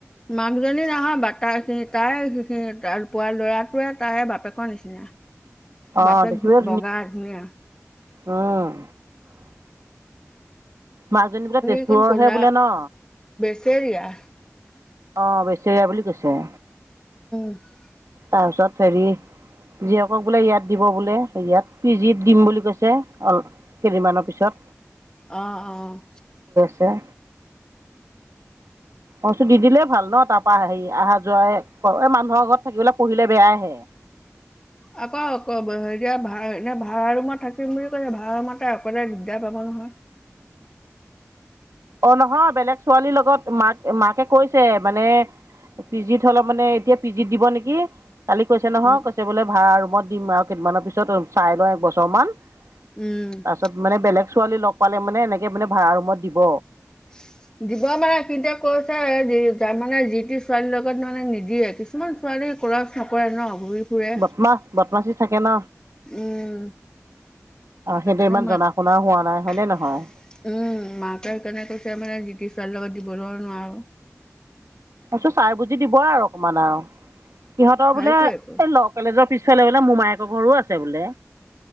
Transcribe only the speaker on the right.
অঁ
দেখিবলৈ
উম মাকজনী বোলে তেজপুৰৰহে
বোলে ন
অ বেচেৰিয়া বুলি কৈছে।
তাৰপিছত হেৰি যিয়েকক বোলে ইয়াত দিব বোলে ইয়াত পিজিত দিম বুলি কৈছে অ কেইদিনমানৰ পিছত।
এয় অচো দি দিলে ভাল ন তাৰপা হেৰি আহা যোৱা ক এই মানুহৰ ঘৰত থাকিবলৈ পঢ়িলে বেয়াহে।
অ, নহয়, বেলেগ ছোৱালীৰ লগত মাক মাকে কৈছে মানে পিজিত হ'লে মানে, এতিয়া পিজিত দিব নেকি। কালি কৈছে নহয়।
কৈছে বোলে ভাড়া ৰুমত দিম আৰু কেইদিনমানৰ পিছত চাই লওঁ একবছৰমান। তাৰ
পাছত মানে, বেলেগ ছোৱালী লগ পালে মানে এনেকে মানে ভাড়া ৰুমত দিব।
বতমাছ, বতমাচি থাকে ন।
আৰু
সিহঁতে ইমান
জনা শুনাও হোৱা নাই হয়নে নহয়
ত চাই বুজি দিব আৰু অকণমান আৰু। সিহঁতৰ
বোলে, এই ল কলেজৰ পিছফালে বোলে, মোমায়েকৰ ঘৰো আছে বোলে।